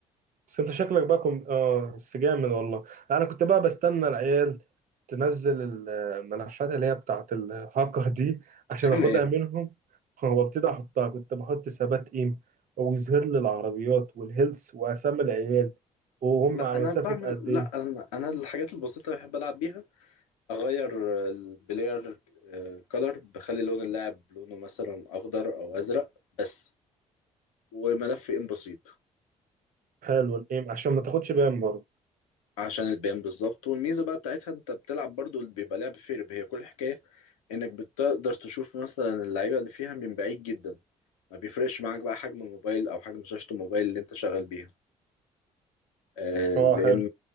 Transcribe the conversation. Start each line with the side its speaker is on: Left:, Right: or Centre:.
Right: بس انت شكلك بقى كنت اه بس جامد والله انا كنت بقى بستنى العيال تنزل الملفات اللي هي بتاعت الهاكر دي
Left: <laughs>
Right: عشان
Left: تمام
Right: اخدها منهم وابتدي احطها كنت بحط ثبات ايم ويظهر لي العربيات والهيلث واسامي العيال وهم
Left: لا
Right: على
Left: انا
Right: مسافة
Left: بعمل
Right: قد
Left: لا
Right: ايه
Left: انا انا الحاجات البسيطه اللي بحب العب بيها اغير البلاير كولر بخلي لون اللاعب لونه مثلا اخضر او ازرق بس وملف ان بسيط
Right: حلو الايم عشان ما تاخدش بان برضه
Left: عشان البيان بالظبط والميزه بقى بتاعتها انت بتلعب برضو اللي بيبقى لعب فيرب هي كل الحكايه انك بتقدر تشوف مثلا اللعيبه اللي فيها من بعيد جدا ما بيفرقش معاك بقى حجم الموبايل او حجم شاشه الموبايل اللي انت شغال بيها آه، لأن
Right: اه حلو